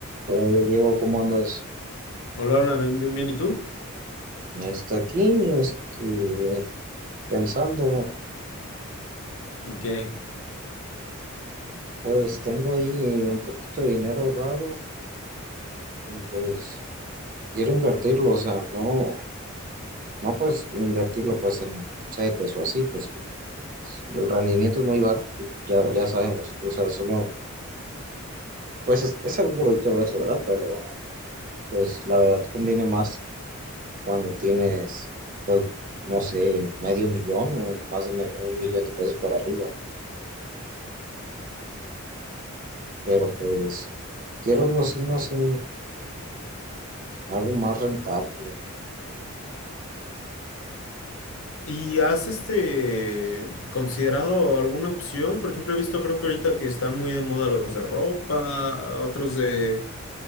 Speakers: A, on the right; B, on the left.
A: Hola Diego, ¿cómo andas?
B: Hola, hola, bien, bien, bien, ¿y tú?
A: Está aquí, este, pensando,
B: ¿En qué?
A: pues tengo ahí un poquito de dinero ahorrado y pues quiero invertirlo, o sea, no, no pues invertirlo pues en CETES o así, pues el rendimiento es muy bajo, ya, ya sabemos, o sea, solo, pues es, es seguro y todo eso, ¿verdad? Pero pues la verdad conviene más cuando tienes, pues, no sé, medio millón o más de me- un millón de pesos para arriba. pero pues quiero algo así, no sé, algo más rentable.
B: ¿Y has este considerado alguna opción? Por ejemplo, he visto, creo que ahorita que están muy de moda los de ropa, otros de,